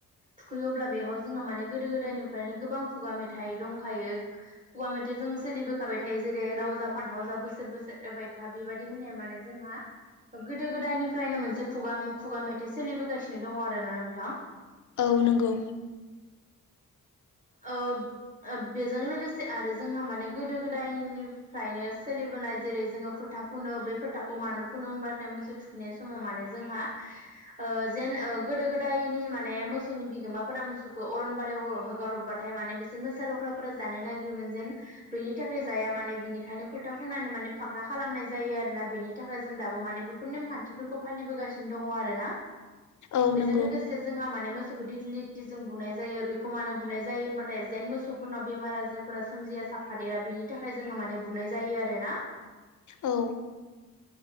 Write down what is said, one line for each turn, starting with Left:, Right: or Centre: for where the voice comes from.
Right: थुखैयो अब्ला बेयाव जोंहा माने गोदो गोदायनिफ्रायनो गोबां खुगा मेथाइ दंखायो खुगा मेथाइ जों जों सोलिबोखाबाय थायो जेरै लाव जा फान्थाव जा बोसोर बोसोर एरबाय था बेबायदि होननाया माने जोंहा गोदो गोदायनिफ्रायनो मोनसे खुगा खुगा मेथाइ सोलिबोगासिनो दङ आरो ना नों
Left: औ नंगौ
Right: ओ ओ बेजों लोगोसे आरो जोंहा माने गोदो गोदायनिफ्रायनो सोलिबो नाय जेरै जोङो फोथा फुनो बे फोथाखौ मानो फुनो होनबाथाय मोसौ थुखैनाय समाव माने जोंहा ओ जेन ओ गोदो गोदायनि माने मोसौनि बिगोमाफोरा मोसौखौ अरनबारियाव हो गारहरबाथाय माने बिसोर मोसा लख्राफोरा जानो नागिरोमोन जेन बेनि थाखाय जाया माने बिनिखायनो फोथा होननानै माने फाख्रा खालामनाय जायो आरोना बेनि थाखाय जों दाबो माने बेफोर नेमखान्थिफोरखौ फालिबोगासिनो दङ। आरो ना
Left: औ
Right: बेजों
Left: नंगौ
Right: लोगोसे जोंहा माने मोसौखौ दिगिलिथि जों बुनाय जायो बेखौ मा बुनाय जायो होनमबाथाय जेन मोसौफोरनाव बेमार आजारफोरा सोमजिया साफादेरा बेनि थाखाय जोङो माने बुनाय जायो। आरो ना।
Left: औ